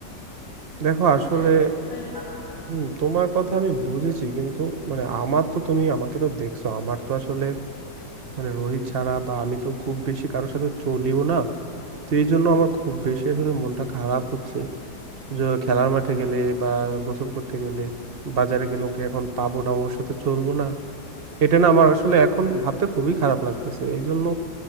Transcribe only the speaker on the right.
দেখো
আসলে
হম তোমার কথা আমি বুঝেছি কিন্তু মানে আমার তো তুমি আমাকে তো দেখছো আমার তো আসলে মানে রোহিত ছাড়া বা আমি তো খুব বেশি কারোর সাথে চলিও না তো এই জন্য আমার খুব বেশি আসলে মনটা খারাপ হচ্ছে যে খেলার মাঠে গেলে বা গোসল করতে গেলে বাজারে গেলে ওকে এখন পাবো না ওর সাথে চলবো না এটা না আমার আসলে এখন ভাবতে খুবই খারাপ লাগতেছে এই জন্য